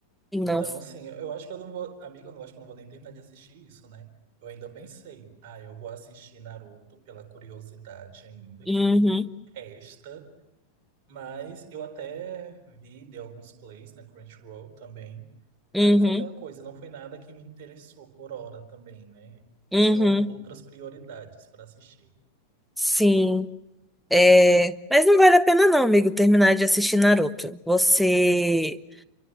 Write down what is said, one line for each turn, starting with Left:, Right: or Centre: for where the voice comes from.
Centre: E
Right: Então,
Centre: não.
Right: assim, eu acho que eu não vou. Amigo, eu não acho que eu não vou nem terminar de assistir isso, né? Eu ainda pensei, ah, eu vou assistir Naruto pela curiosidade ainda,
Centre: Uhum.
Right: que me resta. Mas eu até vi, de alguns plays na Crunchyroll também. Mas
Centre: Uhum,
Right: é aquela coisa, não foi nada que me interessou por hora também, né?
Centre: uhum,
Right: Tinham outras prioridades para assistir.
Centre: sim. É, mas não vale a pena não, amigo, terminar de assistir Naruto. Você